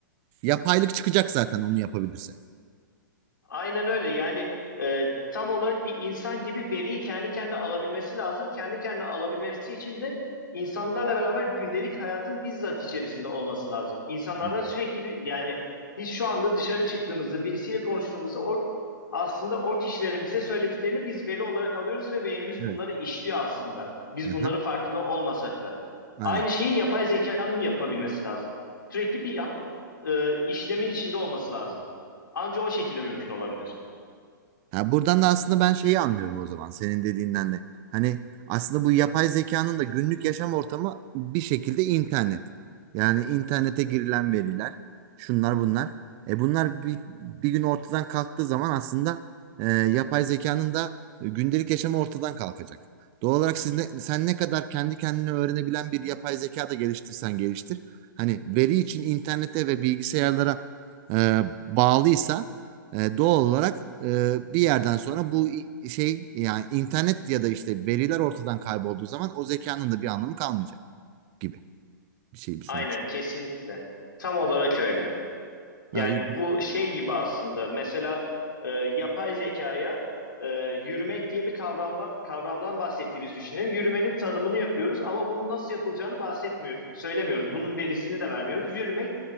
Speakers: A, on the right (about 30°); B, on the left (about 75°).
A: yapaylık çıkacak zaten onu yapabilirse.
B: Aynen öyle. Yani e, tam olarak bir insan gibi veriyi kendi kendine alabilmesi lazım. Kendi kendine alabilmesi için de insanlarla beraber gündelik hayatın bizzat içerisinde olması lazım. İnsanlardan
A: Hı hı.
B: sürekli bir yani biz şu anda dışarı çıktığımızda birisiyle konuştuğumuzda o aslında o kişilerin bize söylediklerini biz veri olarak alıyoruz ve beynimiz
A: Evet.
B: bunları işliyor aslında. Biz
A: Hı
B: bunların
A: hı.
B: farkında olmasak da.
A: Aynen.
B: Aynı şeyi yapay zekanın yapabilmesi lazım. Sürekli bir e, işlemin içinde olması lazım. Anca o şekilde mümkün olabilir.
A: Ha, buradan da aslında ben şeyi anlıyorum o zaman senin dediğinden de. Hani aslında bu yapay zekanın da günlük yaşam ortamı bir şekilde internet. Yani internete girilen veriler, şunlar bunlar. E bunlar bir, bir gün ortadan kalktığı zaman aslında e, yapay zekanın da gündelik yaşamı ortadan kalkacak. Doğal olarak siz ne, sen ne kadar kendi kendine öğrenebilen bir yapay zeka da geliştirsen geliştir. Hani veri için internete ve bilgisayarlara e, bağlıysa e, doğal olarak e, bir yerden sonra bu şey yani internet ya da işte veriler ortadan kaybolduğu zaman o zekanın da bir anlamı kalmayacak gibi bir şey bir
B: Aynen
A: sonuç.
B: kesinlikle. Tam olarak öyle. Yani
A: Ha, iyi.
B: bu şey gibi aslında mesela e, yapay zekaya e, yürümek diye bir kavramda, kavramdan bahsettiğimizi düşünelim. Yürümenin tanımını yapıyoruz ama bunun nasıl yapılacağını bahsetmiyor, söylemiyoruz. Bunun verisini de vermiyoruz. Yürümek